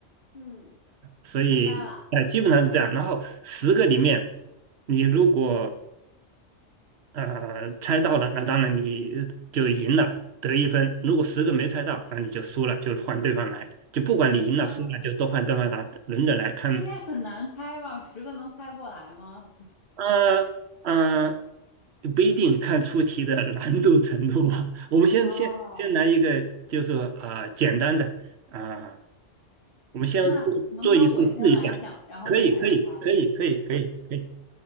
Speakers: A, on the left; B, on the right.
A: 嗯，
B: 所以呃基本上是这样。
A: 明白了。
B: 然后十个里面，你如果呃猜到了，那当然你就赢了，得一分；如果十个没猜到，那你就输了，就换对方来。就不管你赢了输了，
A: 嗯，
B: 就都换对方来，轮着来看
A: 这应该很难猜吧？十个能猜过来吗？
B: 呃呃，不一定看出题的难度程度吧。我们先先先来一个，
A: 哦，
B: 就是说呃简单的啊、呃我们先做做一次试一下，
A: 那能不能我先来想，然后你来猜？
B: 可以可以可以可以可以可以。